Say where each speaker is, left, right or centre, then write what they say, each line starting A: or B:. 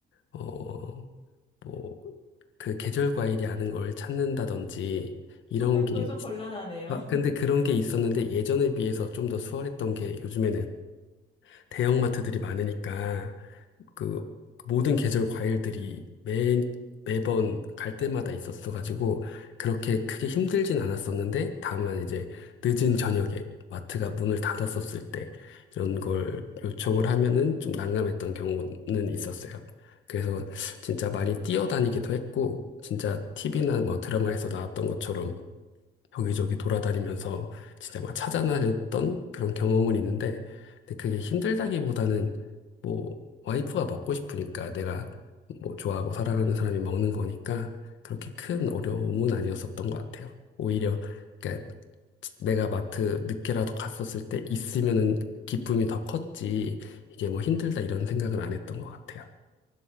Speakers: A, on the left; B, on the left.
A: 어, 뭐, 그 계절 과일이 아닌 걸 찾는다든지, 이런
B: <laughs>
A: 게
B: 그거 좀 곤란하네요.
A: 아, 근데 그런 게 있었는데 예전에 비해서 좀 더 수월했던 게 요즘에는 대형마트들이 많으니까 그 모든 계절 과일들이 매, 매번 갈 때마다 있었어가지고 그렇게 크게 힘들진 않았었는데 다만 이제 늦은 저녁에 마트가 문을 닫았었을 때 이런 걸 요청을 하면은 좀 난감했던 경우는 있었어요. 그래서 진짜 많이 뛰어다니기도 했고 진짜 TV나 뭐 드라마에서 나왔던 것처럼 여기저기 돌아다니면서 진짜 막 찾아다녔던 그런 경험은 있는데, 근데 그게 힘들다기보다는 뭐 와이프가 먹고 싶으니까 내가 뭐 좋아하고 사랑하는 사람이 먹는 거니까 그렇게 큰 어려움은 아니었었던 것 같아요. 오히려 그러니까 내가 마트 늦게라도 갔었을 때 있으면은 기쁨이 더 컸지 이게 뭐 힘들다 이런 생각을 안 했던 것 같아요.